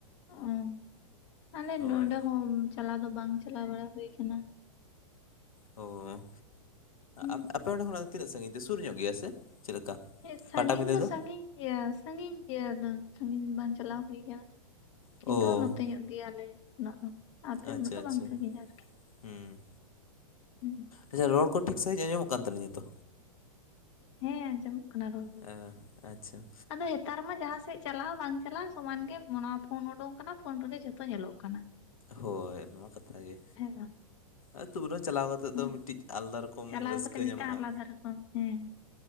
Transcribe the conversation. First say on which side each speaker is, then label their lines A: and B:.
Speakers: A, on the left; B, on the left.
A: ᱚ ᱟᱞᱮ
B: ᱦᱳᱭ
A: ᱱᱚᱰᱮ ᱦᱚᱸ ᱪᱟᱞᱟᱣ ᱫᱚ ᱵᱟᱝ ᱪᱟᱞᱟᱣ ᱵᱟᱲᱟ ᱦᱩᱭᱩ ᱟᱠᱟᱱᱟ ᱾
B: ᱦᱚᱭ
A: ᱦᱩᱸ
B: ᱟᱯᱮ ᱟᱯᱮ ᱚᱸᱰᱮ ᱠᱷᱚᱱᱟᱜ ᱛᱤᱱᱟᱹᱜ ᱥᱟᱺᱜᱤᱧ ᱛᱮ ᱥᱩᱨ ᱧᱚᱜ ᱜᱮᱭᱟ ᱥᱮ ᱪᱮᱫ ᱞᱮᱠᱟ
A: ᱦᱮᱸ ᱥᱟᱺᱜᱤᱧ
B: ᱯᱟᱴᱟ ᱵᱤᱫᱟᱹ ᱫᱚ
A: ᱥᱟᱺᱜᱤᱧ ᱜᱮᱭᱟ ᱾ ᱥᱟᱺᱜᱤᱧ ᱜᱮᱭᱟ ᱟᱫᱚ ᱥᱟᱺᱜᱤᱧ ᱵᱟᱝ ᱪᱟᱞᱟᱣ ᱦᱩᱭ ᱟᱠᱟᱱᱟ
B: ᱚ
A: ᱠᱤᱱᱛᱩ ᱱᱚᱛᱮ ᱧᱚᱜ ᱜᱮᱭᱟᱞᱮ᱾ <unintelligible>
B: ᱟᱪᱷᱟ
A: ᱩᱱᱟᱹᱜ ᱫᱚ
B: ᱟᱪᱷᱟ,
A: ᱵᱟᱝ ᱥᱟᱺᱜᱤᱧᱟ ᱟᱨᱠᱤ
B: ᱦᱩᱸ
A: ᱦᱩᱸ
B: ᱟᱪᱷᱟ ᱨᱚᱲ ᱠᱚ ᱴᱷᱤᱠ ᱥᱟᱺᱦᱤᱡᱽ ᱟᱸᱡᱚᱢᱚᱜ ᱠᱟᱱ ᱛᱟᱹᱞᱤᱧᱟ ᱛᱚ
A: ᱦᱮᱸ ᱟᱸᱡᱚᱢᱚᱜ ᱠᱟᱱᱟ ᱨᱚᱲ ᱫᱚ
B: ᱦᱮᱸ ᱟᱪᱷᱟ
A: ᱟᱫᱚ ᱱᱮᱛᱟᱨ ᱢᱟ ᱡᱟᱦᱟᱸᱥᱮᱫ ᱪᱟᱞᱟᱜᱼᱟ ᱵᱟᱝ ᱪᱟᱞᱟᱜᱼᱟ ᱥᱚᱢᱟᱱ ᱜᱮ ᱚᱱᱟ ᱯᱷᱳᱱ ᱩᱰᱩᱝ ᱟᱠᱟᱱᱟ ᱯᱷᱳᱱ ᱨᱮᱜᱮ ᱡᱷᱚᱛᱚ ᱧᱮᱞᱚᱜ ᱠᱟᱱᱟ ᱾
B: ᱦᱳᱭ ᱱᱚᱣᱟ ᱠᱟᱛᱷᱟ ᱜᱮ,
A: ᱵᱟᱝ
B: ᱟᱹᱛᱩ ᱨᱮ ᱪᱟᱞᱟᱣ ᱠᱟᱛᱮᱮᱫ
A: ᱦᱮᱸ
B: ᱫᱚ ᱢᱤᱫᱴᱤᱡ ᱟᱞᱟᱫᱟ ᱨᱚᱠᱚᱢ
A: ᱪᱟᱞᱟᱣ
B: ᱨᱟᱹᱥᱠᱟᱹ
A: ᱠᱟᱛᱮᱜ ᱢᱤᱫᱴᱟᱝ
B: ᱧᱟᱢᱚᱜᱼᱟ
A: ᱟᱞᱟᱫᱟ ᱨᱚᱠᱚᱢ ᱦᱮᱸ